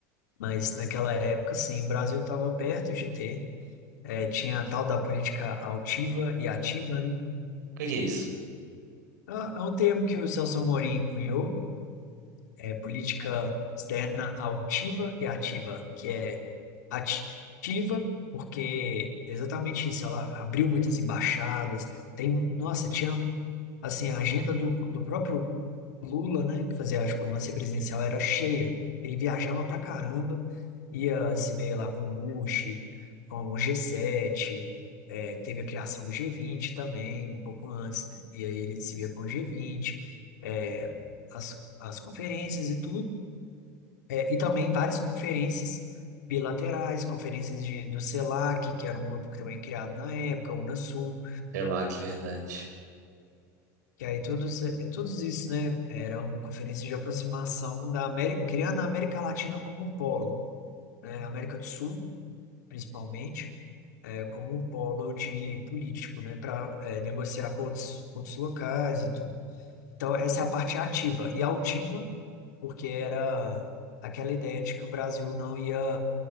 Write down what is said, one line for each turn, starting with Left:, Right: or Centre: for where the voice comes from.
Left: Mas naquela época, sim, o Brasil estava perto de ter. É, tinha a tal da política altiva e ativa, né?
Right: que que é isso?
Left: É é um termo que o Celso Amorim cunhou, É política externa altiva e ativa, que é ativa, porque exatamente isso, ela abriu muitas embaixadas, tem, nossa, tinha, assim, a agenda do, do próprio Lula, né, que fazia a diplomacia presidencial, era cheia, ele viajava pra caramba, ia se ver lá com o Bush, com o G7, eh, teve a criação do G20 também, um pouco antes, e aí ele se via com o G20, eh, as, as conferências e tudo, é, E também várias conferências bilaterais, conferências de, do CELAC, que era um grupo que também criado na época, o Unasul,
Right: Sei lá, que verdade.
Left: que aí todos, eh, todos isso, né, eram conferências de aproximação da América, criando a América Latina como um polo, né, América do Sul, principalmente, eh, como um polo de político, né, para negociar com outros, outros locais e tudo. Então, essa é a parte ativa. E altiva, porque era aquela ideia de que o Brasil não ia